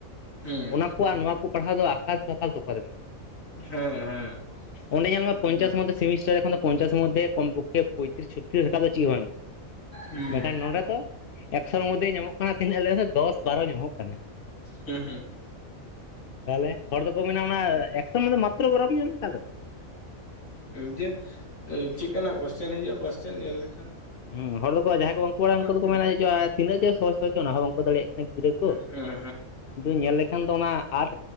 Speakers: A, on the left; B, on the left.
A: ᱦᱮᱸ
B: ᱚᱱᱟ ᱠᱚ ᱟᱨ ᱱᱚᱣᱟ ᱠᱚ ᱯᱟᱲᱦᱟᱣ ᱫᱚ ᱟᱠᱟᱥ ᱯᱟᱛᱟᱞ ᱛᱚᱯᱷᱟᱛ ᱢᱮᱱᱟᱜᱼᱟ᱾
A: ᱦᱮᱸ ᱦᱮᱸ
B: ᱚᱱᱰᱮ ᱧᱮᱞ ᱢᱮ
A: ᱟᱹᱰᱤ
B: ᱯᱚᱪᱟᱥ
A: ᱜᱟᱱ
B: ᱢᱚᱫᱽᱷᱮ ᱥᱮᱢᱤᱥᱴᱟᱨ ᱡᱚᱠᱷᱚᱱᱫᱚ ᱯᱚᱪᱟᱥ ᱢᱚᱫᱽᱫᱷᱮ ᱠᱚᱢ ᱯᱚᱠᱷᱮ ᱯᱚᱭᱛᱨᱤᱥ ᱪᱚᱛᱛᱨᱤᱥ ᱨᱟᱠᱟᱵ ᱫᱚ ᱪᱮᱫ ᱦᱚᱸ ᱵᱟᱝ ᱠᱟᱱᱟ᱾
A: ᱦᱮᱸ
B: ᱢᱮᱱᱠᱷᱟᱱ ᱱᱚᱰᱮ ᱫᱚ ᱮᱠᱥᱚᱨ ᱢᱚᱫᱽᱫᱷᱮ ᱧᱟᱢᱚᱜ ᱠᱟᱱᱟ ᱛᱤᱱᱟᱹᱜ ᱞᱮᱟᱹᱭ ᱢᱮᱥᱮ ᱫᱚᱥ ᱵᱟᱨᱚ ᱧᱟᱢᱚᱜ ᱠᱟᱱᱟ᱾
A: ᱦᱮᱸ ᱦᱮᱸ
B: ᱛᱟᱦᱚᱞᱮ ᱦᱚᱲ ᱫᱚᱠᱚ ᱢᱮᱱᱟ ᱚᱱᱟ ᱮᱠᱥᱚ ᱢᱚᱫᱫᱷᱮ ᱢᱟᱛᱨᱚ ᱚᱱᱟᱢ ᱧᱟᱢ ᱟᱠᱟᱫᱟ?
A: ᱫᱤᱭᱮ ᱪᱮᱫ ᱠᱟᱱᱟ ᱠᱚᱥᱪᱮᱱ ᱦᱤᱡᱩᱜᱼᱟ ᱠᱚᱥᱪᱟᱱ ᱧᱮᱞ ᱞᱮ
B: ᱦᱮᱸ ᱦᱚᱲ ᱫᱚᱠᱚ ᱡᱟᱦᱟᱸᱭ ᱠᱚ ᱵᱟᱝᱠᱚ ᱵᱟᱲᱟᱭᱟ ᱩᱱᱠᱩ ᱫᱚᱠᱚ
A: ᱦᱮᱸ
B: ᱢᱮᱱᱟ ᱪᱮᱫ ᱪᱚ ᱛᱤᱱᱟᱹᱜ ᱪᱚ ᱥᱚᱦᱚᱡ ᱥᱚ ᱚᱱᱟ ᱦᱚᱸ ᱵᱟᱝᱠᱚ ᱫᱟᱲᱮᱭᱟᱜ ᱠᱟᱱᱟ ᱜᱤᱫᱽᱨᱟᱹ ᱠᱚ
A: ᱦᱮᱸ
B: ᱾ ᱫᱩᱧ ᱧᱮᱞ ᱞᱮᱠᱷᱟᱱ ᱫᱚ ᱚᱱᱟ ᱟᱴ